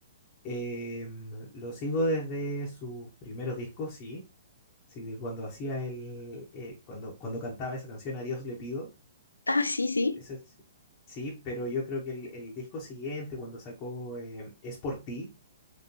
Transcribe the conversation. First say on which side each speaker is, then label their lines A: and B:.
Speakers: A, on the left; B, on the left.
A: Em, lo sigo desde sus primeros discos, sí. Sí, de cuando hacía el, eh, cuando, cuando cantaba esa canción A Dios le pido,
B: Ah, sí, sí,
A: Ese sí, Sí, pero yo creo que el, el disco siguiente, cuando sacó eh, Es por ti